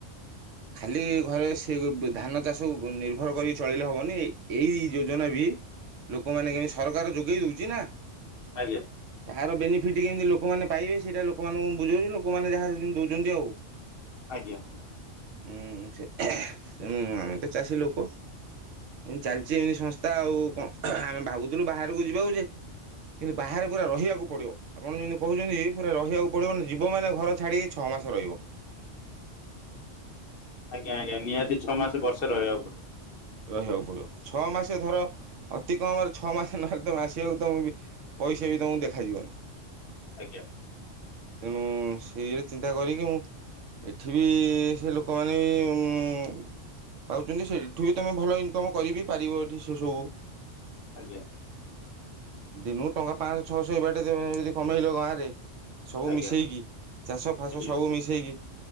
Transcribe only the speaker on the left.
ଆଜ୍ଞା।
ଆଜ୍ଞା।
ଆଜ୍ଞା ଆଜ୍ଞା ନିହାତି ଛଅ ମାସ ବର୍ଷ ରହିବା କୁ ପଡ଼ିବ।
ଆଜ୍ଞା।
ଆଜ୍ଞା।
ଆଜ୍ଞା
ଆଜ୍ଞା